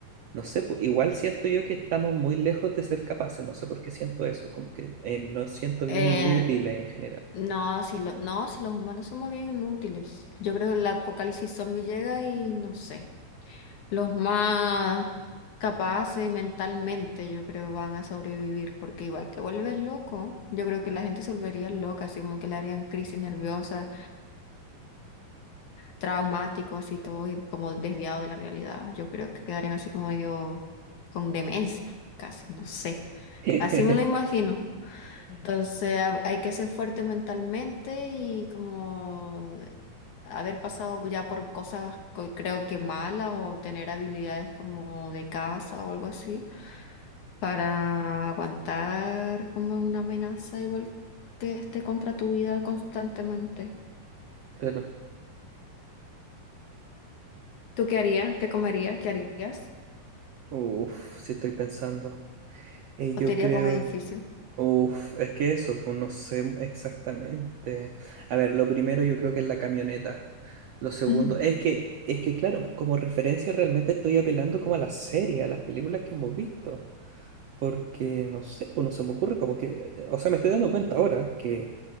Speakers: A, on the right; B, on the left.
A: no sé, pues, igual siento yo que estamos muy lejos de ser capaces, no sé por qué siento eso, como que eh, nos siento bien
B: Eh,
A: inútiles en general.
B: No, si lo, no, si los humanos somos bien inútiles. Yo creo que el apocalipsis zombie llega y no sé. Los más capaces mentalmente, yo creo, van a sobrevivir porque igual te vuelves loco. Yo creo que la gente se volvería loca, así como que le harían crisis nerviosas, traumático, así todo y como desviado de la realidad. Yo creo que quedarían así como medio con demencia, casi, no sé.
A: <laughs>
B: Así me lo imagino. Entonces hab- hay que ser fuerte mentalmente y como haber pasado ya por cosas co- creo que malas o tener habilidades como de caza o algo así para aguantar como una amenaza igual que esté contra tu vida constantemente.
A: Pero,
B: ¿Tú qué harías? ¿Qué comerías? ¿Qué harías?
A: uff, si <laughs> estoy pensando. Eh, yo
B: ¿O te irías
A: creo,
B: por un edificio?
A: uff, es que eso, pues no sé exactamente. A ver, lo primero yo creo que es la camioneta. Lo segundo,
B: <laughs>
A: es que, es que claro, pues, como referencia realmente estoy apelando como a las series, a las películas que hemos visto. Porque, no sé, pues no se me ocurre como que, eh, o sea, me estoy dando cuenta ahora que